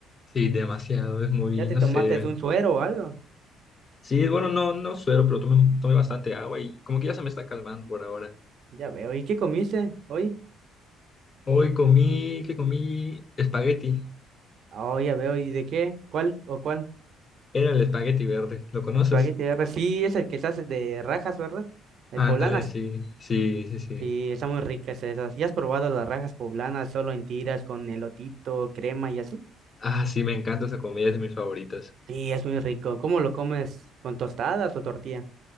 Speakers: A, on the left; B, on the right.
A: Sí, demasiado, es muy,
B: ¿Ya te
A: no
B: tomaste
A: sé.
B: un suero o algo?
A: Sí, bueno, no, no suero, pero tomé, tomé bastante agua y como que ya se me está calmando por ahora.
B: Ya veo. ¿Y qué comiste hoy?
A: Hoy comí, ¿qué comí? Espagueti.
B: Oh, ya veo. ¿Y de qué? ¿Cuál o cuál?
A: Era el espagueti verde. ¿Lo conoces?
B: Espagueti R. Sí, es el que se hace de rajas, ¿verdad? El
A: Ándale,
B: poblanas.
A: sí, sí, sí, sí.
B: Sí, están muy ricas esas. ¿Ya has probado las rajas poblanas solo en tiras con elotito, crema y así?
A: Ah, sí, me encanta esa comida, es de mis favoritas.
B: Sí, es muy rico. ¿Cómo lo comes? ¿Con tostadas o tortilla?